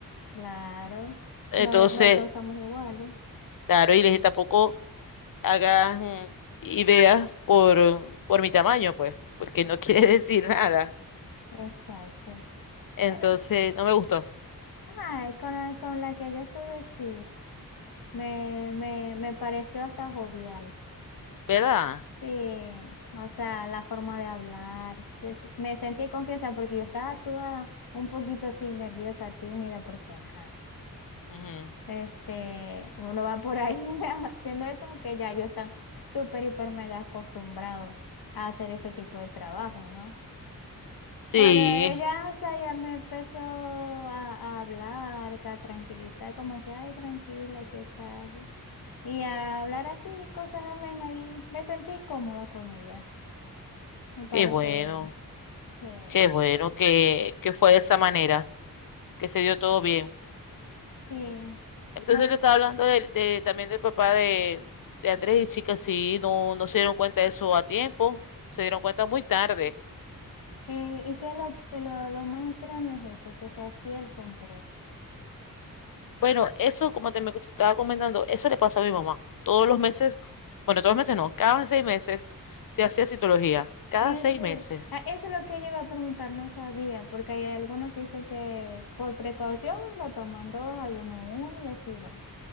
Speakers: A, on the left (about 75°); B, on the left (about 60°).
A: Claro,
B: Entonces,
A: no, no todos somos iguales.
B: claro, y les dije, tampoco hagas mm, ideas por, por mi tamaño, pues, porque no quiere <laughs> decir nada.
A: Exacto.
B: Entonces,
A: Pero,
B: no me gustó,
A: ay, con la, con la que yo estuve, sí, me, me, me pareció hasta jovial.
B: ¿verdad?
A: Sí, o sea, la forma de hablar. se- se- me sentí confianza porque yo estaba toda un poquito así nerviosa, tímida, porque, ajá,
B: Ujú.
A: este, uno va por ahí <laughs> haciendo eso, aunque ya yo están súper, hiper, mega acostumbrado a hacer ese tipo de trabajo, ¿no?
B: Sí,
A: Pero ella, o sea, ya me empezó a, a hablar, que a tranquilizar, como que, ay, tranquila, ¿qué tal? Y a hablar así, cosas amenas, y me sentí cómoda con ella. Me pareció
B: qué bueno,
A: bien. Eh,
B: qué bueno que, que fue de esa manera. que se dio todo bien.
A: sí.
B: Entonces
A: Voy-
B: yo estaba hablando del- de, también del papá de, de Andrés y chicas, sí, no, no se dieron cuenta de eso a tiempo, se dieron cuenta muy tarde.
A: eh, y que lo, lo, lo más extraño es eso, que se hacía el control.
B: Bueno, eso, como te me estaba comentando, eso le pasa a mi mamá. Todos los meses, bueno, todos los meses no, cada seis meses se hacía citología, cada
A: En
B: seis
A: serio.
B: meses.
A: Ah, eso es lo que yo iba a preguntar, no sabía, porque hay algunos que dicen que por precaución lo toman dos, algunos uno, y así van.